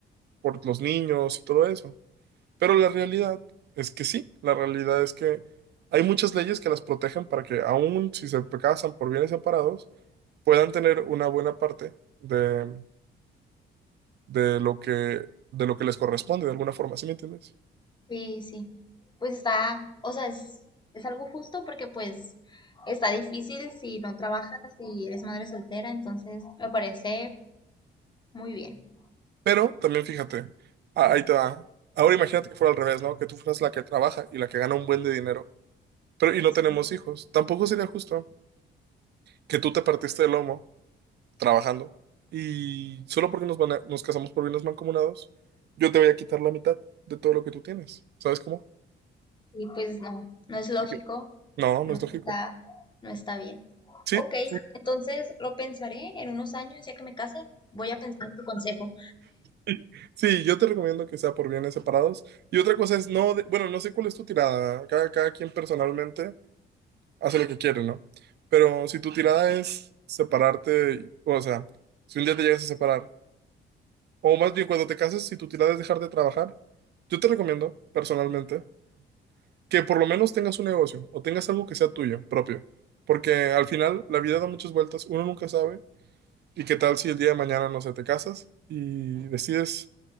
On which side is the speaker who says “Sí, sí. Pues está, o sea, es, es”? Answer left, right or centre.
Left